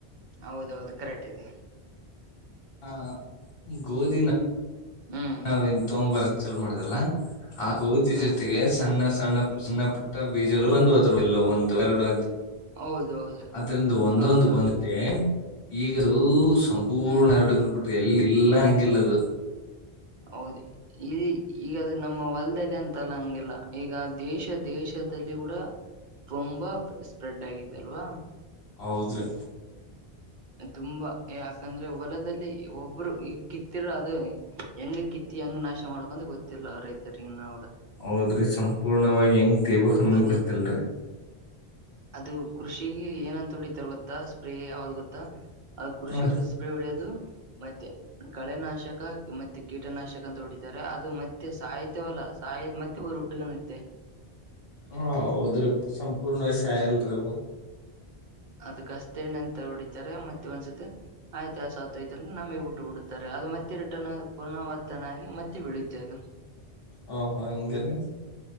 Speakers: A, on the right (about 50°); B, on the left (about 65°).
A: ಹೌದ ಹೌದು ಕರೆಕ್ಟ್ ಇದೆ
B: ಹಾ ಗೋಧಿನ
A: ಹ್ಮ್
B: ನಾವೇನ್ ತೊಗಂಬರಕ್ ಚಲೋ ಮಾಡುದಲ್ಲ ಆ ಗೋದಿ
A: ಹ್ಮ್
B: ಜೊತೆಗೆ ಸಣ್ಣ ಸಣ್ಣ ಸಣ್ಣ ಪುಟ್ಟ ಬೀಜಗಳು
A: ಹ್ಮ್
B: ಒಂದು ಹದೂ ಇಲ್ಲ ಒ ಎರಡು
A: ಹೌದೌದು
B: ಅದ್ರಂದ ಒಂದೊಂದು
A: ಹೌದೌದು
B: ಬಂದೆ ಈಗರ ಸಂಪೂರ್ಣ
A: ಹ್ಮ್
B: ಎರಡು ಕೊಂಡ್ ಬಿಟ್ಟಿ ಎಲ್ಲಿ ಇಲ್ಲ ಹೆಂಗಿಲ್ಲದು
A: ಹೌದು ಇಲ್ಲಿ ಈಗಾದ ನಮ್ಮ ವಲ್ದಲ್ಲಿ ಅಂತಲ್ಲ ಹಂಗಗೆಲ್ಲ ಈಗ ದೇಶ ದೇಶದ ಕೂಡ ತುಂಬಾ ಸ್ಪ್ರೆಡ್ ಆಗಿದ ಅಲ್ವಾ
B: ಹೌದ್ರಿ
A: ತುಂಬಾ ಯಾಕಂದ್ರೆ ಹೊಲದಲ್ಲಿ ಒಬ್ರು ಈ ಕಿತ್ತಿರ ಅದು ಹೆಂಗ ಕಿತ್ತಿ ಹೆಂಗ್ ನಾಶ ಮಾಡ್ಕಂದ ಗೊತ್ತಿಲ್ಲ ರೈತರಿಗ ನ
B: ಹೌದ್ರಿ ಸಂಪೂರ್ಣವಾಗಿ ಹೆಂಗ್ ತೇಬಕ್ ಅನ್ನೋದು
A: ಅದಿ
B: ಗೊತ್ತಲ್ರರಿ
A: ಅದು ಕೃಷಿಗೆ ಏನಂತ ಒಡಿತಾರೆ ಗೊತ್ತಾ ಸ್ಪ್ರೇ ಯಾವದು ಗೊತ್ತಾ ಆ ಕೃಷಿಗೆ
B: ಹ
A: ಸ್ಪ್ರೇ ಹೊಡೆಯದು ಮತ್ತೆ ಕಳೆನಾಶಕ ಮತ್ತೆ ಕೀಟನಾಶಕ ಅಂತ ಹೊಡಿತಾರೆ ಅದು ಮತ್ತೆ ಸಹಿತ್ಯವಲ್ಲ ಸ ಮತ್ತೆ ಬೂರ ಊಟ್ಟಿಗೆ ನಿತ್ತೆ
B: ಹ ಹೌದ್ರಿ ಸಂಪೂರ್ಣ ವಯಸ ಆಲ್ರಿ ಅವು
A: ಅದ ಕಸ್ತೆ ಎಣ್ಣ ಅಂತ ಹೊಡಿತಾರೆ ಮತ್ತೆ ಒಂದ್ಸತಿ ಆಯ್ತು ಆಸ ಆ್ತಯತ ಅಂದ್ರ ನಮಗ್ ಬಿಟ್ಟು ಬಿಡುತ್ತಾರೆ ಅದು ಮತ್ತೆ ರಿಟರ್ನ್ ಪುನರವರ್ತನೆ ಆಗಿ ಮತ್ತೆ ಬೀಳುತ್ತೆ ಅದು
B: ಹ ಹಾ ಇಂಗ ರ